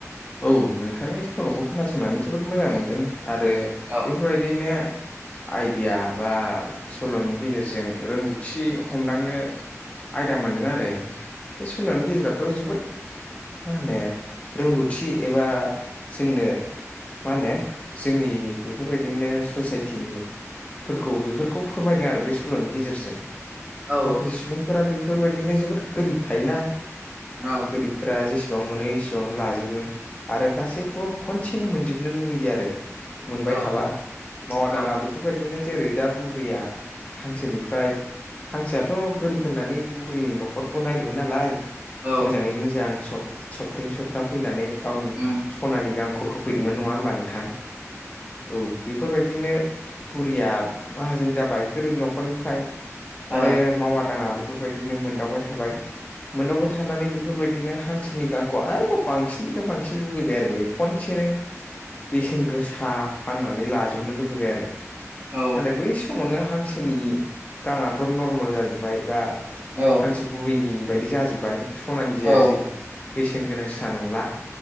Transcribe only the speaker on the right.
औ
औ
औ
औ
औ
औ
उम
ओ
औ
औ
औ